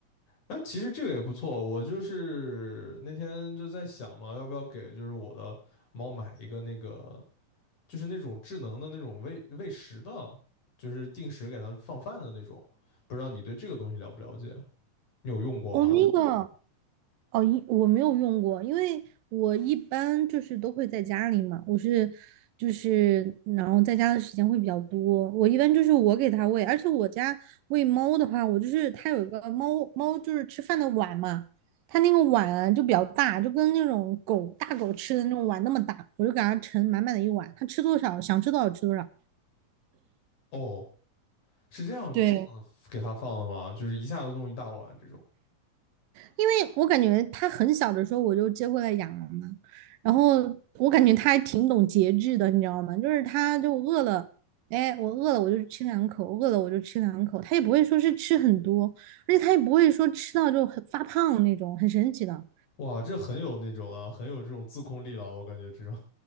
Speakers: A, on the left; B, on the right.
A: 那其实这个也不错，我就是那天就在想嘛，要不要给就是我的猫买一个那个。就是那种智能的那种喂喂食的，就是定时给它放饭的那种。不知道你对这个东西了不了解？你有用过吗？
B: 哦，那个哦，一我没有用过，因为我一般就是都会在家里嘛，我是就是然后在家的时间会比较多，我一般就是我给它喂，而且我家喂猫的话，我就是它有一个猫猫就是吃饭的碗嘛，它那个碗啊就比较大，就跟那种狗大狗吃的那种碗那么大，我就给它盛满满的一碗，它吃多少想吃多少吃多少。
A: 哦，是这样这样给它放的吗？
B: 对，
A: 就是一下子弄一大碗这种。
B: 因为我感觉他很小的时候我就接过来养了嘛，然后我感觉他还挺懂节制的，你知道吗？就是他就饿了，哎，我饿了我就吃两口，饿了我就吃两口，他也不会说是吃很多，而且他也不会说吃到就很发胖那种，很神奇的，
A: 哇，这很有那种啊，很有这种自控力了，我感觉这种。